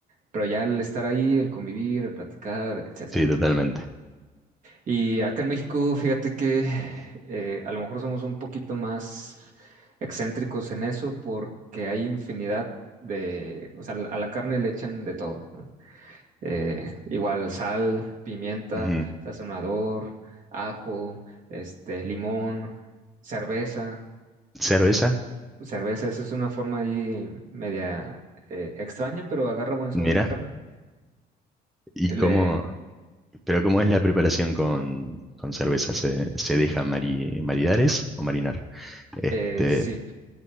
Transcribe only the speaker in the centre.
Sí,
totalmente.
Ujú.
Cerveza,
mira,
y
cómo, pero cómo es la preparación con, con cerveza, se, se deja mari- maridar es? o marinar. Este,